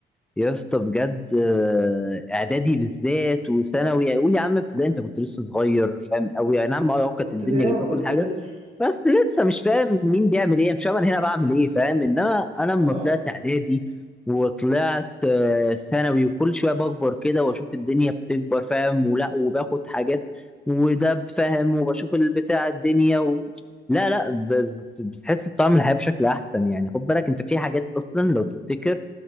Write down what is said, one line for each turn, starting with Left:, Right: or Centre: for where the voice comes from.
Centre: يا اسطى بجد آه، اعدادي بالذات وثانوي قول يا عم ابتدائي انت كنت لسه صغير فاهم قوي اي نعم اه كانت
Right: كنت
Centre: الدنيا
Right: اه
Centre: جميله
Right: كنت
Centre: وكل حاجه
Right: طفل
Centre: بس لسه مش فاهم مين بيعمل ايه مش فاهم انا هنا بعمل ايه فاهم انما انا لما
Right: اه
Centre: طلعت اعدادي وطلعت آه، ثانوي وكل شويه بكبر كده واشوف الدنيا بتكبر فاهم ولا وباخد حاجات وده فاهم وبشوف البتاع الدنيا و... لا لا ب- بت- بتحس بطعم الحياه بشكل احسن يعني خد بالك انت في حاجات اصلا لو تفتكر